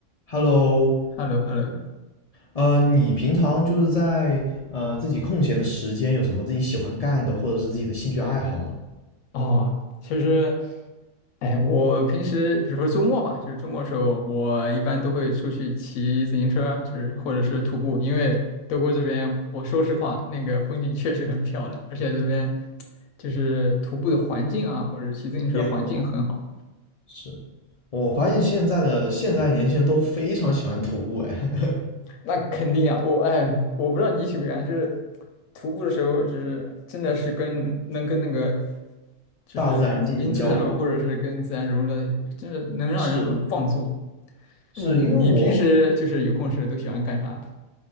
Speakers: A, on the left; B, on the left.
A: Hello，
B: h e l l o h e l l o
A: 呃，你平常就是在呃自己空闲的时间有什么自己喜欢干的，或者是自己的兴趣爱好吗？
B: 哦，其实，哎，我平时比如说周末吧，就是周末的时候，我一般都会出去骑自行车啊，就是或者是徒步，因为德国这边，我说实话，那个风景确实很漂亮，而且这边就是徒步的环境啊，或者骑自行车环境很好。
A: 也很好。是，我发现现在的现在年轻人都非常喜欢徒步，哎，
B: 那肯定啊，我哎，我不知道你喜不喜欢，就是徒步的时候，就是真的是跟能跟那个
A: <laughs>
B: 就是走进自然嘛，
A: 大自然进行交流。
B: 或者是跟自然融入到一个，真的能让人很放松。
A: 是，是因为我
B: 你你平时就是有空时都喜欢干啥？